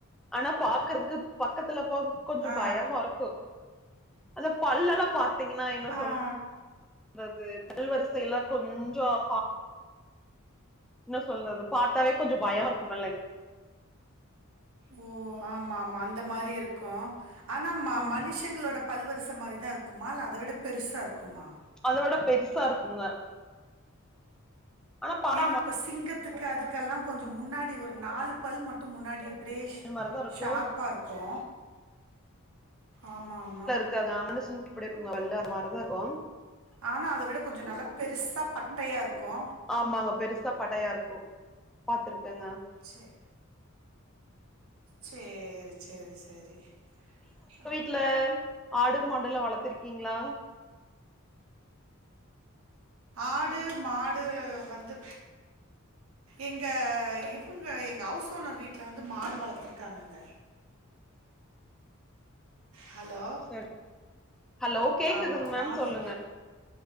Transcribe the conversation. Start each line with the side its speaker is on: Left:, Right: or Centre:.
Centre: ஆனா பாக்கறதுக்கு பக்கத்துல போறதுக்கு கொஞ்ஜோ
Right: ஆ
Centre: பயமாருக்கு. அத பல்லெல்லா பாத்தீங்கனா என்ன
Right: ஆ
Centre: சொல் றது. பல் வரிசை எல்லா கொஞ்சோ <inaudible> என்ன சொல்றது பாத்தாவே கொஞ்சோ பயோ இருக்குமில்லிங்
Right: ஓ ஆமா ஆமா அந்த மாரி இருக்கு ஆனா ம ம
Centre: ஆமா
Right: மனுஷ் சங்களோட பல்வருச மாரிதா இருக்குமா இல்ல அத விட பெருசா இருக்குமா?
Centre: அத விட பெருசா இருக்குங்க. ஆனா பாத்தா
Right: ஏனா இப்ப சிங்கத்துக்கு அதுக்கெல்லா கொஞ்சோ முன்னாடி ஒரு நாலு பல் மட்டு முன்னாடி அப்டேஷ்
Centre: மாரிதா இருக்கு
Right: ஷார்ப்பாருக்கு ஆமாமா.
Centre: <inaudible> மாரதாக்கு.
Right: ஆனா அத விட கொஞ்சோ நல்லா பெருசா பட்டையாருக்கு.
Centre: ஆமாங்க பெருசா பட்டையா இருக்கு பாத்துருக்கங்க.
Right: செரி. சேரி சேரி சேரி அ
Centre: ல்ல ஆடு மாடெல்லா வளத்துருகிங்ளா?
Right: ஆடு மாடு வந்து எங்க இவுங்க எங்க அவுஸ் ஓனர் வீட்ல வந்து மாடு வளத்துருக்காங்கங்க. ஹலோ?
Centre: சரி ஹலோ கேக்குதுங்க
Right: ஆமா
Centre: மேம்
Right: மாடுவ
Centre: சொல்லுங்க